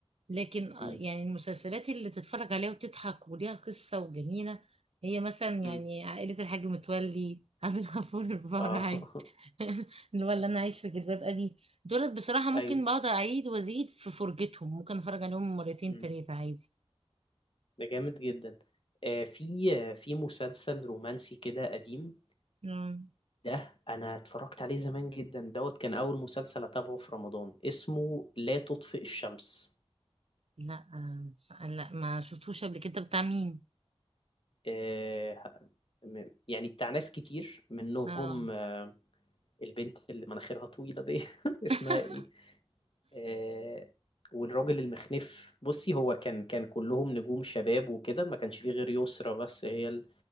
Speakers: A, on the right (about 70°); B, on the left (about 55°).
A: لكن آه،
B: امم
A: يعني المسلسلات اللي تتفرج عليها وتضحك وليها قصة وجميلة هي مثلا
B: امم
A: يعني عائلة الحاج متولي <laughs> عبد الغفور البرعي
B: اه <laughs>
A: <laughs> اللي هو اللي انا عايش في جلباب ابي دول بصراحة ممكن
B: ايوه
A: بقعد اعيد وازيد في فرجتهم ممكن اتفرج عليهم مرتين
B: امم
A: تلاتة عادي
B: ده جامد جدا آه في آه، في مسلسل رومانسي كده قديم
A: مم.
B: ده انا اتفرجت عليه زمان جدا دوت كان اول مسلسل اتابعه في رمضان اسمه لا تطفئ الشمس
A: لا آه، ص- لا ما شفتوش قبل كده بتاع مين
B: آه، م- يعني بتاع ناس كتير منهم
A: اه
B: آه، البنت اللي مناخيرها طويلة دي <laughs> اسمها
A: <laughs>
B: ايه آه، والراجل المخنف بصي هو كان كان كلهم نجوم شباب وكده ما كانش فيه غير يسرا بس هي ال-